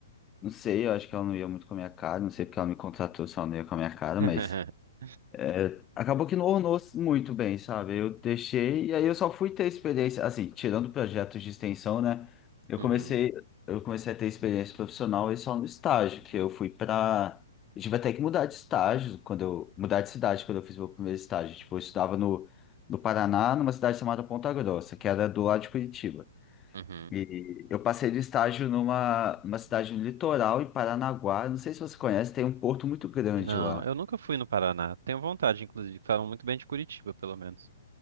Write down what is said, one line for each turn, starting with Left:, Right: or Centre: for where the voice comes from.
Left: não sei, eu acho que ela não ia muito com a minha cara, não sei porque ela me contratou, se ela não ia com a minha cara,
Right: <laughs>
Left: mas. É, acabou que não ornou muito bem, sabe? Eu deixei e aí eu só fui ter experiência, assim, tirando projetos de extensão, né? Eu
Right: Uhum,
Left: comecei, eu comecei a ter experiência profissional e só no estágio, que eu fui pra. Eu tive até que mudar de estágio quando eu mudar de cidade quando eu fiz meu primeiro estágio. Tipo, eu estudava no, no Paraná, numa cidade chamada Ponta Grossa, que era do lado de Curitiba.
Right: uhum.
Left: E eu passei de estágio numa, numa cidade no litoral, em Paranaguá. Não sei se você conhece, tem um porto muito grande
Right: Não,
Left: lá.
Right: eu nunca fui no Paraná. Tenho vontade, inclusive. Falam muito bem de Curitiba, pelo menos.